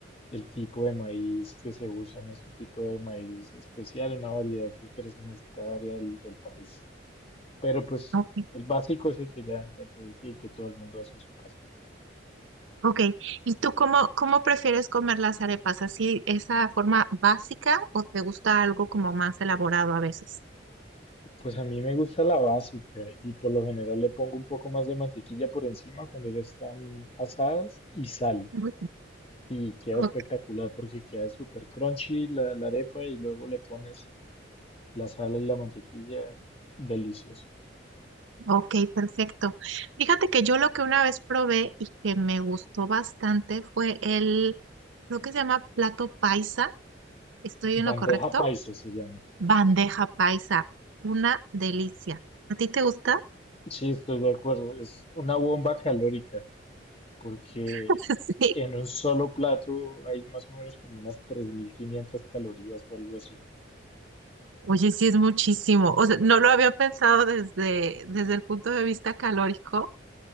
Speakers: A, on the left; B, on the right.
A: el tipo de maíz que se usa en este tipo de maíz especial, una variedad que crece en esta área del, del país. Pero pues
B: Ok,
A: el básico es el que ya, ya te dije, el que todo el mundo hace en su casa.
B: ok. ¿Y tú cómo, cómo prefieres comer las arepas? ¿Así, esa forma básica o te gusta algo como más elaborado a veces?
A: Pues a mí me gusta la básica y por lo general le pongo un poco más de mantequilla por encima cuando ya están asadas y sal.
B: Ujú,
A: Y queda
B: Ok.
A: espectacular porque queda súper crunchy la, la arepa y luego le pones la sal y la mantequilla. Delicioso.
B: Ok, perfecto. Fíjate que yo lo que una vez probé y que me gustó bastante fue el, lo que se llama plato paisa. ¿Estoy
A: Bandeja
B: en lo correcto?
A: paisa se llama.
B: Bandeja paisa. Una delicia. ¿A ti te gusta?
A: Sí, estoy de acuerdo. Es una bomba calórica. porque
B: <laughs> Sí.
A: en un solo plato hay más o menos como unas 3.500 calorías o algo así.
B: Oye, sí es muchísimo. O sea, no lo había pensado desde, desde el punto de vista calórico,